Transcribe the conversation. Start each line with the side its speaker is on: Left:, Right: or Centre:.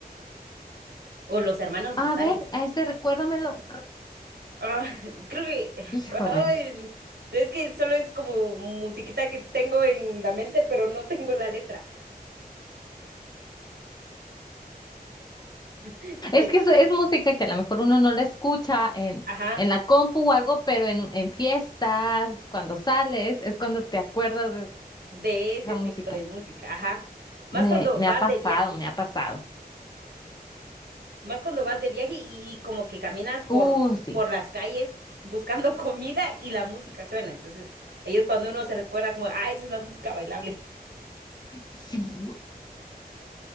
Right: o los hermanos
Left: A
Right: Rosario.
Left: ver, a ese recuérdamelo. Creo-
Right: Ah, creo que
Left: Híjole.
Right: ay, es que solo es como musiquita que tengo en la mente, pero no tengo la letra. <laughs>
Left: Es que es,
Right: No,
Left: es música que a lo mejor uno no la escucha en,
Right: Ajá,
Left: en la compu o algo, pero en, en fiestas, cuando sales, es cuando te acuerdas de
Right: de ese
Left: esa música.
Right: tipo de música, ajá. Más
Left: Me,
Right: cuando
Left: me
Right: vas
Left: ha pasado,
Right: de viaje,
Left: me ha pasado.
Right: más cuando vas de viaje y, y como que caminas por,
Left: Uh, sí.
Right: por las calles buscando <laughs> comida y la música suena. Entonces, ahí es cuando uno se recuerda como, ah, esa es la música bailable.
Left: Sí,